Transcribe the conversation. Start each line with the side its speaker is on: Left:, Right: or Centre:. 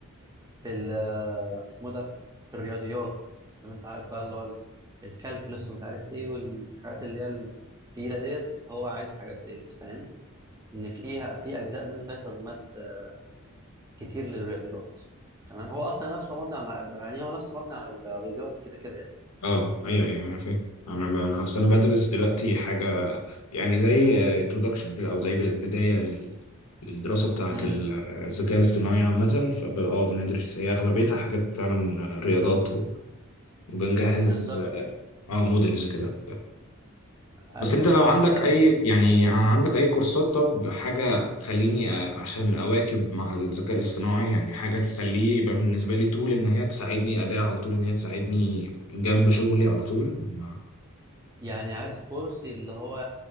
Right: في ال في اسمه ده في الرياضيات فاهم انت عارف بقى اللي هو ال- الكالكولس ومش عارف ايه والحاجات اللي هي التقيله ديت هو عايز الحاجات ديت فاهم ان فيها في اجزاء منه فيها استخدامات آه، كتير للرياضيات تمام هو اصلا نفسه مبني على يعني هو نفسه مبني على الرياضيات كده كده يعني
Left: أه أيوه أيوه أنا فاهم أنا ب... أنا أصل أنا بدرس دلوقتي حاجة يعني زي انترودكشن أو زي ب- بداية لل... للدراسة بتاعة
Right: امم
Left: ال- الذكاء الاصطناعي عامة فب... أه بندرس هي أغلبيتها حاجات فعلا رياضات و... وبنجهز
Right: بالظبط
Left: أه موديلز كده
Right: ايوه
Left: بس انت لو
Right: فانت
Left: عندك اي يعني عندك اي كورسات طب حاجة تخليني أ- عشان اواكب مع الذكاء الاصطناعي يعني حاجة تخليه يبقى بالنسبة لي طول ان هي تساعدني اداة على طول ان هي تساعدني جنب شغلي على طول ما-
Right: يعني عايز كورس اللي هو